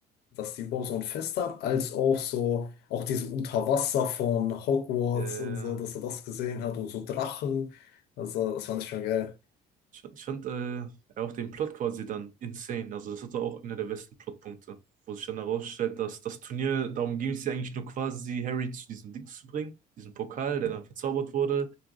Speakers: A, on the left (about 75°); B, on the right (about 50°).
A: dass die überhaupt so ein Fest haben, als auch so, auch diese Unterwasser von Hogwarts
B: äh.
A: und so, dass er das gesehen hat und so Drachen, also das fand ich schon geil.
B: Ich, ich fand äh, auch den Plot quasi dann insane. Also das hatte auch einer der besten Plotpunkte, wo sich dann herausstellt, dass das Turnier, darum ging es ja eigentlich nur quasi, Harry zu diesem Dings zu bringen, diesem Pokal, der dann verzaubert wurde,